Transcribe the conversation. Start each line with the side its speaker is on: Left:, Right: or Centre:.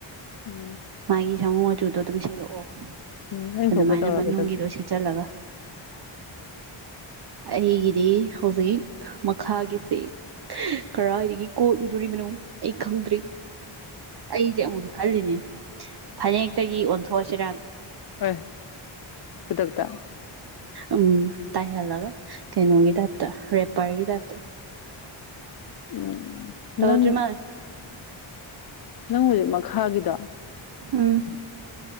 Left: ꯎꯝ
Right: ꯃꯥꯒꯤ ꯁꯥꯃꯨ ꯃꯆꯨꯗꯣ ꯑꯗꯨꯝ ꯁꯦꯠꯂꯛꯑꯣ
Left: ꯎꯝ ꯑꯩꯅ
Right: ꯑꯗꯨꯃꯥꯏꯅ
Left: ꯊꯣꯛꯄ ꯇꯧꯔꯒꯦ
Right: ꯃꯅꯨꯡꯒꯤꯗꯣ ꯁꯦꯠꯆꯜꯂꯒ ꯍꯤꯒꯗꯤ ꯍꯧꯖꯤꯛ ꯃꯈꯥꯒꯤꯁꯦ ꯀꯗꯥꯏꯗꯒꯤ ꯀꯣꯠꯂꯨꯗꯣꯔꯤꯕꯅꯣ ꯑꯩ ꯈꯪꯗ꯭ꯔꯤ ꯑꯩꯁꯦ ꯑꯃꯨꯛꯁꯨ ꯈꯜꯂꯤꯅꯦ ꯐꯅꯦꯛꯇꯒꯤ ꯑꯣꯟꯊꯣꯛꯑꯁꯤꯔ
Left: ꯍꯣꯏ ꯈꯨꯗꯛꯇ
Right: ꯎꯝ ꯇꯥꯏꯍꯦꯜꯂꯒ ꯀꯩꯅꯣꯒꯤ ꯇꯥꯏꯞꯇ ꯔꯦꯄꯔꯒꯤ ꯇꯥꯏꯞꯇ <inaudible>
Left: <inaudible>
Right: ꯇꯧꯇ꯭ꯔꯤ
Left: ꯅꯪ
Right: ꯃꯥ
Left: ꯅꯪ ꯍꯧꯖꯤꯛ ꯃꯈꯥꯒꯤꯗ
Right: ꯎꯝ